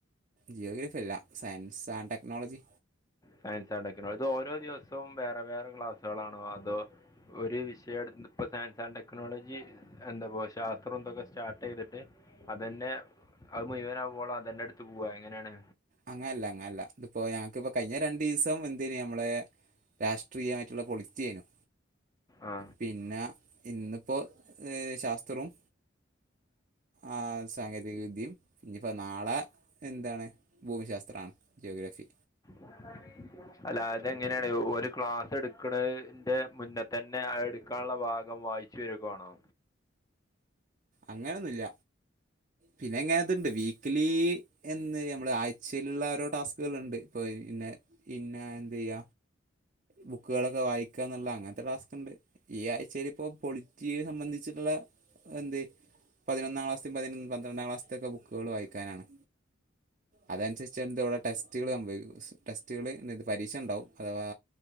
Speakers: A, on the right; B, on the left.
A: ജിയോഗ്രാഅല്ലഫ്യല്ല സയൻസ് ആൻഡ് ടെക്നോളജി.
B: സയൻസാഡ്ടെക്ക്നോളജി ഇത് ഓരോ ദിവസവും വേറെ വേറെ ക്ലാസ്സുകളാണോ അതോ ഒരു വിഷയടു പ്പൊ സയൻസ് ആൻഡ് ടെക്നോളജി എന്താപ്പോ ശാസ്ത്രോന്തൊക്കെ സ്റ്റാർട്ടെ യ്തിട്ട് അതന്നെ അത് മുഴവനാകോള. അതന്നെ ടത്ത് പോവാ അങ്ങനെണ്.
A: അങ്ങൻല്ല അങ്ങൻല്ല ഇത്പ്പോ ഞങ്ങക്ക്പ്പോ കഴിഞ്ഞ രണ്ടീ സം എന്തീന്ന് ഞമ്മളെ രാഷ്ട്രീയായിട്ട്ള്ള പൊളിറ്റീര്ന്നു.
B: ആ
A: പിന്നെ ഇന്നിപ്പോ അ് ശാസ്ത്രോം ആഹ് സാങ്കേതികവിദ്യീം ഞിപ്പോ നാളെ എന്താണ്. ഭൂമിശാസ്ത്രാണ് ജിയോഗ്രഫി
B: ഉ <unintelligible> അല്ല അതെങ്ങനെണ് ഒരു ക്ലാസെട്ക്കണിന്റെ മുന്നേ തന്നെ അതെട്ക്കാനുള്ള ഭാഗം വായിച്ചു ചുരുക്കാണോ?
A: അങ്ങനൊന്നുല്ല. പിന്നെങ്ങനെത്ണ്ട് വീക്കലി എന്ന് ഞമ്മളെ ആഴ്ചീലുള്ള ഓരോ ടാസ്കുള്ണ്ട് ഇപ്പോ പിന്നെ പിന്നെ എന്തിയ്യ ബുക്കുകളൊക്കെ വായിക്കാ ന്ന്ള്ള അങ്ങൻത്തെ ടാസ്ക്ണ്ട്. ഈ ആഴ്ചീല് പ്പൊ പൊളിറ്റി സംബന്ധിച്ചിട്ട്ള്ള എന്ത് പതിനൊന്നാം ക്ലാസ്ത്തീം പതിനൊന്ന് പന്ത്രണ്ടാം ക്ലാസ്തെക്കെ ബുക്ക്കള് വായിക്കാനാണ്. അതനുരിച്ചാണ് വ്ടെ ടെസ്റ്റ്കൾ സംഭവി ടെസ്റ്റുകള് പരീക്ഷ ണ്ടാവും അഥവാ